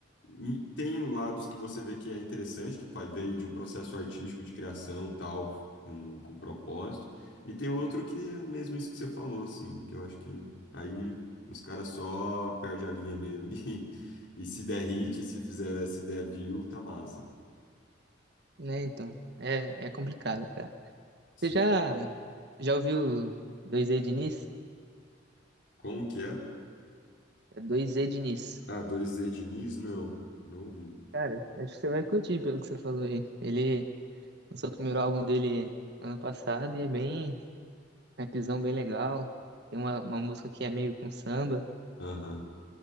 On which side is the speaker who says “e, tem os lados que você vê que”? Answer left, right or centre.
Left